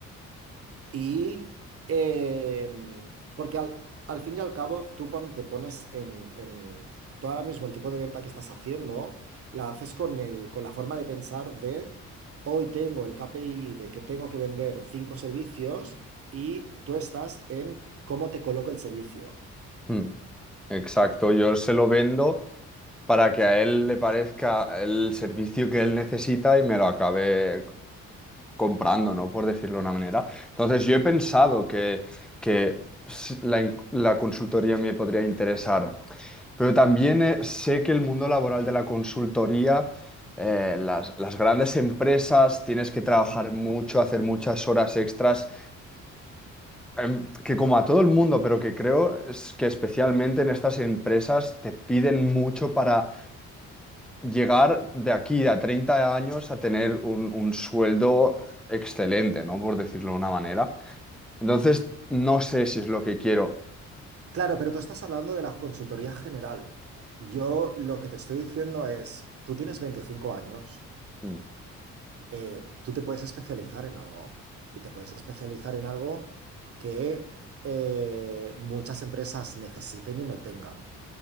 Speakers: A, on the right; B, in the centre.
A: Y em, porque al, al fin y al cabo, tú cuando te pones en, en- tú ahora mismo el tipo de venta que estás haciendo, la haces con el, con la forma de pensar de hoy tengo el KPI de que tengo que vender cinco servicios y tú estás en cómo te coloco el servicio.
B: Mm, Exacto, yo se lo vendo para que a él le parezca el servicio que él necesita y me lo acabe comprando, ¿no? Por decirlo de una manera. Entonces, yo he pensado que, que s- la, in- la consultoría me podría interesar, pero también eh, sé que el mundo laboral de la consultoría, eh, las, las grandes empresas, tienes que trabajar
A: No.
B: mucho, hacer muchas horas extras em, que como a todo el mundo, pero que creo es que especialmente en estas empresas te piden mucho para llegar de aquí a 30 años a tener un, un sueldo excelente, ¿no? Por decirlo de una manera. Entonces, no sé si es lo que quiero.
A: Claro, pero tú estás hablando de la consultoría general. Yo lo que te estoy diciendo es, tú tienes 25 años.
B: mm,
A: eh, tú te puedes especializar en algo y te puedes especializar en algo que eh, muchas empresas necesiten y no tengan.